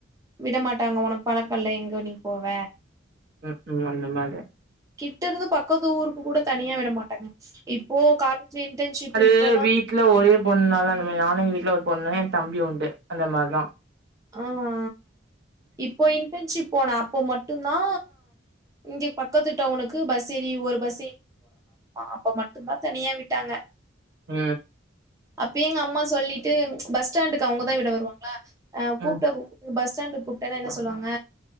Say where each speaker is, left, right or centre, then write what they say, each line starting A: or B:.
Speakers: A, on the right; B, on the right.
A: விட மாட்டாங்க உனக்கு பழக்கல்ல எங்க நீ போவ
B: உ உம் அந்த மாரி
A: கிட்டருந்து பக்கத்து ஊருக்கு கூட தனியா விட மாட்டாங்க இப்போ காலேஜ் இன்டர்ன்ஷிப்
B: அது
A: இப்பதா
B: வீட்ல ஒரே பொண்ணுலா அந்த மாரி நானேங்க வீட்ல ஒரு பொண்ணு என் தம்பி உண்டு அந்த மாரிதா
A: அ அ இப்போ இன்டர்ன்ஷிப் போன அப்போ மட்டுதா இங்க பக்கத்து டவுனுக்கு பஸ் ஏறி ஒரு பஸ் அப்ப மட்டும்தா தனியா விட்டாங்க
B: உம்
A: அப்யே எங்க அம்மா சொல்லிட்டு பஸ்டாண்டுக்கு அவங்கதா விட வருவாங்களா அ
B: ம்
A: கூப்பட பஸ் ஸ்டாண்ட்க் கூப்ட்டனா என்ன சொல்லுவாங்க